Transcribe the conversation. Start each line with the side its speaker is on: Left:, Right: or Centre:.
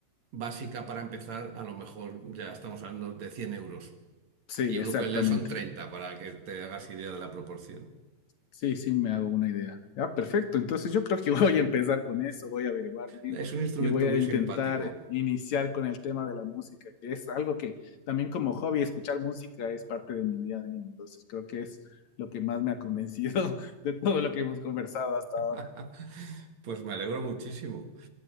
Right: básica para empezar, a lo mejor ya estamos hablando de 100 euros.
Left: Sí,
Right: Y un
Left: exactamente.
Right: ukelele son 30 para que te hagas idea de la proporción.
Left: Sí, sí, me hago una idea. Ah, perfecto. Entonces yo creo que <laughs> voy a empezar con eso, voy a averiguar bien
Right: Es un instrumento
Left: y voy a
Right: muy
Left: intentar
Right: simpático.
Left: iniciar con el tema de la música, que es algo que también como hobby, escuchar música es parte de mi día a día. Entonces creo que es lo que más me ha convencido <laughs> de todo lo que hemos conversado hasta
Right: <laughs>
Left: ahora.
Right: Pues me alegro muchísimo.